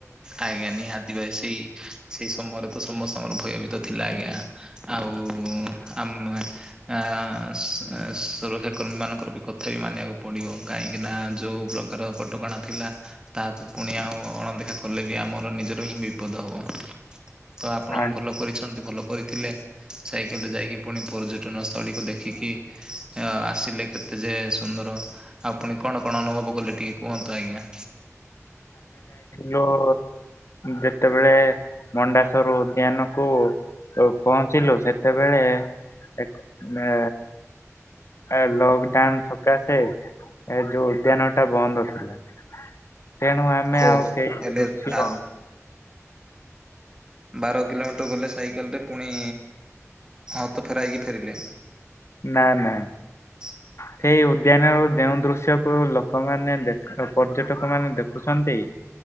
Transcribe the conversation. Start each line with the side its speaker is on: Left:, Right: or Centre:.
Right: ଆଜ୍ଞା ନିହାତି ବା ସେଇ ସେଇ ସମୟରେ ତ ସମସ୍ତଙ୍କର ଭୟ ବି ତ ଥିଲା ଆଜ୍ଞା ଆଉ ଆମେ ଆ ସୁ-ସୁ-ସୁରକ୍ଷା କର୍ମୀ ମାନଙ୍କର ବି କଥା ବି ମାନିବାକୁ ପଡିବ କାହିଁକିନା ଯୋଉ ପ୍ରକାର କଟକଣା ଥିଲା, ତାହାକୁ ପୁଣି ଆଉ ଅଣଦେଖା କଲେ ବି ଆମର ନିଜର ହିଁ ବିପଦ ହବ, ତ ଆପଣ
Left: ଆ
Right: ଭଲ କରିଛନ୍ତି ଭଲ କରିଥିଲେ ସାଇକେଲରେ ଯାଇକି ପୁଣି ପର୍ଯ୍ୟଟନ ସ୍ଥଳୀକୁ ଦେଖିକି ଅ ଆସିଲେ କେ ତେ ଯେ ସୁନ୍ଦର ଆଉ ପୁଣି କଣ କଣ ଅନୁଭବ କଲେ ଟିକେ କୁହନ୍ତୁ ଆଜ୍ଞା?
Left: ଯୋଉ ଯେତେବେଳେ ମଣ୍ଡାସ୍ୱର ଉଦ୍ୟାନକୁ ପହଞ୍ଚିଲୁ ସେତେବେଳେ ଏକ ମେ। ଏ ଲକଡାଉନ ସକାସେ ଏ ଯୋଉ ଉଦ୍ୟାନ ଟା ବନ୍ଦ ଥିଲା। ତେଣୁ ଆମେ
Right: ଓ
Left: ଆଉ ସେଇ
Right: ହେଲେ
Left: ଦୃଶ
Right: ଆ ବାର କିିଲୋ ତ ଗଲେ ସାଇକେଲ ରେ ପୁଣି ହତ ଫେରା ହେଇକି ଫେରିଲେ।
Left: ନା ନା।
Right: ଁ <inaudible>
Left: ସେଇ ଉଦ୍ୟାନରୁ ଯେଉଁ ଦୃଶ୍ୟକୁ ଲୋକମାନେ ଦେଖ ପର୍ଯ୍ୟଟକ ମାନେ ଦେଖୁଚନ୍ତି